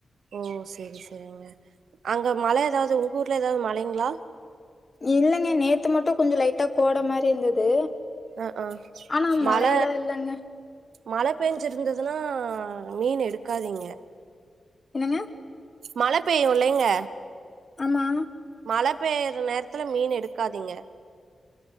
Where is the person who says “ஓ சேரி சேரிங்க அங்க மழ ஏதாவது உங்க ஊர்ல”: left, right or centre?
Right